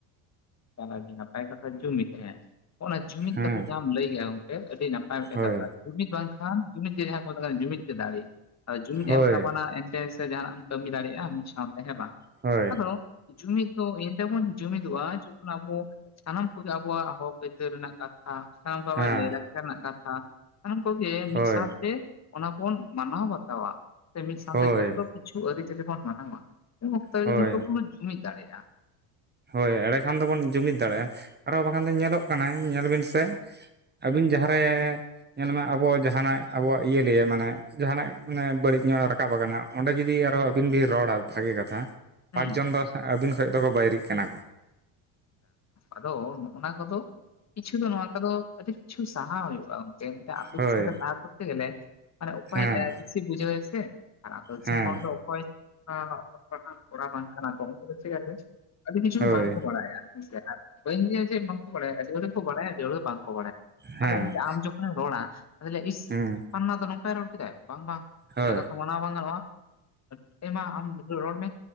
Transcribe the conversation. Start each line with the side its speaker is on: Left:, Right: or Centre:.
Left: ᱟᱹᱰᱤ ᱱᱟᱯᱟᱭ ᱠᱟᱛᱷᱟ ᱡᱩᱢᱤᱫ ᱦᱮᱸ ᱚᱱᱟ ᱡᱩᱢᱤᱫ
Right: ᱦᱮᱸ
Left: ᱠᱟᱛᱷᱟ ᱡᱟᱦᱟᱸᱢ ᱞᱟᱹᱭᱮᱜᱼᱟ ᱜᱚᱝᱠᱮ ᱟᱹᱰᱤ ᱱᱟᱯᱼᱼ ᱢᱤᱫᱴᱮᱱ
Right: ᱦᱳᱭ
Left: ᱠᱟᱛᱷᱟ ᱡᱩᱢᱤᱫ ᱵᱟᱝᱠᱷᱟᱱ ᱡᱩᱢᱤᱫ ᱜᱮ ᱡᱟᱦᱟᱸ ᱠᱚ ᱢᱮᱛᱟᱜ ᱠᱟᱱᱟ ᱡᱩᱢᱤᱫ ᱜᱮ ᱫᱟᱲᱮ ᱟᱫᱚ ᱡᱩᱢᱤᱫ
Right: ᱦᱳᱭ
Left: ᱮᱢ ᱛᱟᱵᱚᱱᱟ ᱮᱱᱼᱼ ᱥᱮ ᱡᱟᱦᱟᱱᱟᱜ ᱮᱢ ᱠᱟᱹᱢᱤ ᱫᱟᱲᱮᱭᱟᱜᱼᱟ ᱢᱤᱫ ᱥᱟᱶᱛᱮ ᱦᱮᱸ ᱵᱟᱝ
Right: ᱦᱳᱭ
Left: ᱟᱫᱚ? ᱡᱩᱢᱤᱫ ᱫᱚ ᱮᱱᱨᱮᱵᱚᱱ ᱡᱩᱢᱤᱫᱚᱜᱼᱟ ᱡᱚᱠᱷᱚᱱ ᱟᱵᱚ ᱥᱟᱱᱟᱢ ᱠᱚᱜᱮ ᱟᱵᱚᱣᱟᱜ ᱦᱚᱠ ᱟᱹᱭᱫᱟᱹᱨ ᱨᱮᱱᱟᱜ ᱠᱟᱛᱷᱟᱼᱼ ᱵᱟᱵᱟᱭ
Right: ᱦᱮᱸ
Left: ᱞᱟᱭᱫᱟ ᱨᱮᱱᱟᱜ ᱠᱟᱛᱷᱟ ᱥᱟᱱᱟᱢ ᱠᱚᱜᱮ
Right: ᱦᱳᱭ
Left: ᱢᱤᱫ ᱥᱟᱶᱛᱮᱼᱼ ᱚᱱᱟ ᱵᱚᱱ ᱢᱟᱱᱟᱣ ᱵᱟᱛᱟᱣᱟ ᱥᱮ ᱢᱤᱫ ᱥᱟᱶᱛᱮ
Right: ᱦᱳᱭ
Left: ᱡᱚᱛᱚ ᱠᱤᱪᱷᱩ ᱟᱹᱨᱤᱪᱟᱹᱞᱤ ᱵᱚᱱ ᱢᱟᱱᱟᱣᱟ᱾ ᱚᱠᱛᱚ
Right: ᱦᱳᱭ
Left: ᱡᱚᱛᱚ ᱵᱚᱱ ᱡᱩᱢᱤᱫ ᱫᱟᱲᱮᱭᱟᱜᱼᱟ᱾
Right: ᱦᱳᱭ ᱮᱲᱰᱮ ᱠᱷᱟᱱ ᱫᱚ ᱵᱚᱱ ᱡᱩᱢᱤᱫ ᱫᱟᱲᱮᱭᱟᱜᱼᱟ ᱟᱨᱚ ᱵᱟᱠᱷᱟᱱ ᱫᱚ ᱧᱮᱞᱚᱜ ᱠᱟᱱᱟ ᱧᱮᱞ ᱵᱤᱱ ᱥᱮᱼᱼ ᱟᱹᱵᱤᱱ ᱡᱟᱦᱟᱸ ᱨᱮᱼᱼ ᱧᱮᱞ ᱢᱮ ᱟᱵᱚ ᱡᱟᱦᱟᱸᱱᱟᱜ ᱟᱵᱚᱣᱟᱜ ᱤᱭᱟᱹ ᱞᱤᱭᱟᱹ ᱢᱟᱱᱮ ᱡᱟᱦᱟᱱᱟᱜ ᱢᱟᱱᱮ ᱵᱟᱹᱲᱤᱡ ᱧᱚᱜ ᱨᱟᱠᱟᱵ ᱟᱠᱟᱱᱟ᱾ ᱚᱸᱰᱮ ᱡᱩᱫᱤ ᱟᱨᱦᱚᱸ ᱟᱹᱵᱤᱱ ᱵᱤᱱ ᱨᱚᱲᱟ ᱵᱷᱟᱜᱤ ᱠᱟᱛᱷᱟ ᱯᱟᱸᱪ
Left: ᱦᱩᱸ
Right: ᱡᱚᱱ ᱫᱚ ᱟᱹᱵᱤᱱ ᱠᱷᱚᱡ ᱫᱚᱠᱚ ᱵᱟᱭᱨᱤᱜ ᱠᱟᱱᱟ ᱠᱚ
Left: ᱟᱫᱚ ᱱᱚᱜᱼᱱᱟ ᱠᱚᱫᱚᱼᱼ ᱠᱤᱪᱷᱩ ᱫᱚ ᱱᱚᱣᱟ ᱠᱚᱫᱚ ᱟᱹᱰᱤ ᱠᱤᱪᱷᱩ ᱥᱟᱦᱟᱣ ᱦᱩᱭᱩᱜ-ᱟ ᱜᱚᱢᱠᱮ᱾ ᱟᱛᱩ
Right: ᱦᱳᱭ
Left: ᱫᱤᱥᱚᱢ ᱨᱮ ᱛᱟᱦᱮᱸ ᱠᱚᱨᱛᱮ ᱜᱮᱞᱮ ᱚᱠᱚᱭ
Right: ᱦᱮᱸ
Left: ᱮᱸ ᱵᱮᱥᱤ ᱵᱩᱡᱷᱟᱹᱣ ᱟᱭ ᱥᱮ ᱟᱨ ᱟᱛᱩ ᱫᱤᱥᱚᱢ
Right: ᱦᱮᱸ
Left: ᱦᱚᱲ ᱫᱚ ᱚᱠᱚᱭ ᱚᱞᱚᱜ ᱯᱟᱲᱦᱟᱜ ᱠᱚᱲᱟ ᱵᱟᱝ ᱠᱟᱱᱟ ᱠᱚ ᱩᱱᱠᱩ <unintelligible> ᱟᱹᱰᱤ ᱠᱤᱪᱷᱩ
Right: ᱦᱳᱭ
Left: ᱜᱮ ᱵᱟᱝ ᱵᱟᱲᱟᱭᱟ ᱦᱮᱸ ᱥᱮ ᱟᱨ ᱵᱟᱹᱧ ᱞᱟᱹᱭᱟ ᱡᱮ ᱵᱟᱝᱠᱚ ᱵᱟᱲᱟᱭᱟ ᱟᱹᱰᱤ ᱦᱚᱲ ᱜᱮᱠᱚ ᱵᱟᱲᱟᱭᱟ ᱟᱹᱰᱤ ᱦᱚᱲ ᱫᱚ ᱵᱟᱝᱠᱚ ᱵᱟᱲᱟᱭᱟ ᱾
Right: ᱦᱮᱸ
Left: ᱟᱫᱚ ᱮᱱᱛᱮ ᱟᱢ ᱡᱚᱠᱷᱚᱱᱮᱢ ᱨᱚᱲᱟ ᱟᱫᱚ ᱞᱟᱹᱭᱟ ᱤᱥ
Right: ᱦᱩᱸ
Left: ᱯᱟᱞᱱᱟ ᱫᱚ ᱱᱚᱝᱠᱟᱭ ᱨᱚᱲ ᱠᱮᱫᱟ ᱵᱟᱝ ᱵᱟᱝ
Right: ᱦᱳᱭ
Left: ᱩᱱᱤᱭᱟᱜ ᱠᱟᱛᱷᱟ ᱚᱱᱟ ᱵᱟᱝ ᱜᱟᱱᱚᱜ-ᱟ ᱦᱮᱸ ᱢᱟ ᱟᱢ ᱨᱚᱲ ᱢᱮ